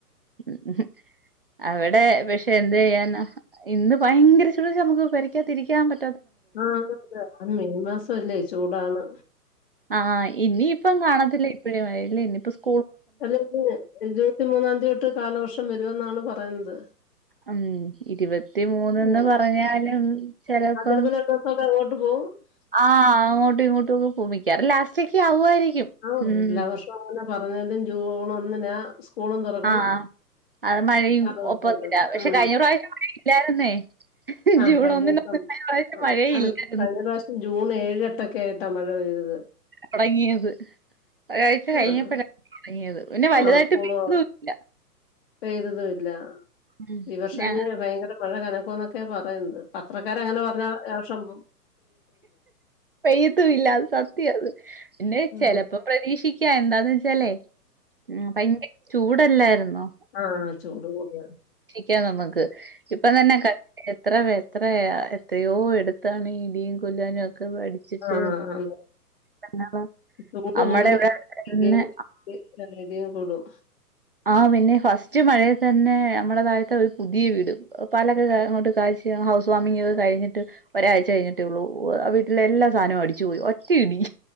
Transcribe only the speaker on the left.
ആ <unintelligible> മെയ് മാസം അല്ലേ ചൂടാണ്
അല്ലെങ്കിൽ ഇരുപത്തി മൂന്നാം തീയതി തൊട്ട് കാലവർഷം വരുമെന്നാണ് പറയുന്നത്
മെയ്
ആഹ് ചെലപ്പോ രണ്ടു ദിവസൊക്കെ അങ്ങോട്ട് പോവും
ആഹ്
എല്ലാ വർഷവും അങ്ങനെ പറഞ്ഞാലും ജൂൺ ഒന്നിനാ സ്കൂളും തുറങ്ങും
ക
ഉ
ആ
കഴിഞ്ഞ
വർഷം
അത് കഴിഞ്ഞ പ്രവിഷം ജൂൺ ഏഴ് എട്ടൊക്കെ ആയിട്ടാണ് മഴ പെയ്തത്
ആഹ്
ആഹ് സ്കൂള്
പെയ്തതും ഇല്ല
ഈ വർഷം
ഇനി ഭയങ്കര മഴ കന അന്നൊക്കെ പറയുന്നത് പത്രക്കാര അങ്ങനെ പറഞ്ഞ ആവർഷം
ഉം
ആ ചൂട് കൂടാണ്
ആ ആ
ചൂട്
കൂടുന്ന
<unintelligible> കൂടും